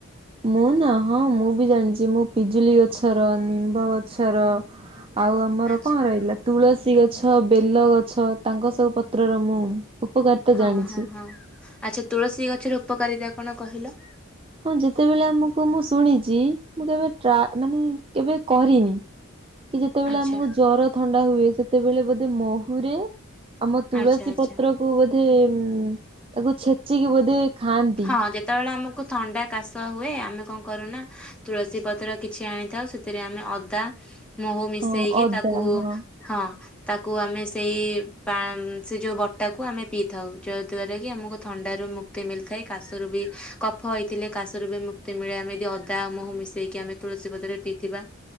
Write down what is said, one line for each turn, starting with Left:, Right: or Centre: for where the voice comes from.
Right: ମୁଁ ନା ହଁ ମୁଁ ବି ଜାଣିଛି ମୁଁ ପିଜୁଳି ଗଛର ନିମ୍ବ ଗଛର ଆଉ ଆମର
Centre: ଆଚ୍ଛା
Right: କଣ ରହିଲା ତୁଳସୀ ଗଛ ବେଲ ଗଛ ତାଙ୍କ ସବୁ ପତ୍ରର ମୁଁ ଉପକାରିତା
Centre: ହଁ
Right: ଜାଣିଛି।
Centre: ହଁ ହଁ। ଆଚ୍ଛା ତୁଳସୀ ଗଛର ଉପକାରିତା କଣ କହିଲ?
Right: ହଁ ଯେତେବେଳେ ଆମକୁ ମୁଁ ଶୁଣିଛି ମୁଁ କେବେ ଟ୍ରା ମାନେ କେବେ କରିନି। କି ଯେତେବେଳେ
Centre: ଆଚ୍ଛା
Right: ଆମକୁ ଜର ଥଣ୍ଡା ହୁଏ ସେତେବେଳେ ବୋଧେ ମହୁ ହୁରେ ଆମ ତୁଳସୀ
Centre: ଆଚ୍ଛା ଆଚ୍ଛା।
Right: ପତ୍ରକୁ ବୋଧେ ଉ ତାକୁ ଛେଚିକି ବୋଧେ ଖାଆନ୍ତି।
Centre: ହଁ ଯେତେବେଳେ ଆମକୁ ଥଣ୍ଡା କାଶ ହୁଏ ଆମେ କଣ କରୁନା ତୁଳସୀ ପତ୍ର କିଛି ଆଣିଥାଉ ସେଥିରେ ଆମେ ଅଦା ମହୁ ମିଶେଇକି
Right: ହଁ ଅଦା
Centre: ତାକୁ
Right: ହଁ
Centre: ହଁ। ତାକୁ ଆମେ ସେଇ ପା ସେ ଯୋଉ ବଟାକୁ ଆମେ ପିଇଥାଉ ଯଦ୍ଵାରା କି ଆମକୁ ଥଣ୍ଡାରୁ ମୁକ୍ତି କ୍ତି ମିଳିଥାଏ କାଶରୁ ବି କଫ ହେଇଥିଲେ କାଶରୁ ବି ମୁକ୍ତି ମିଳେ ଆମେ ଯଦି ଅଦା ମୁହୁ ମିଶେଇକି ଆମେ ତୁଳସୀ ପତ୍ରରେ ପିଇଥିବା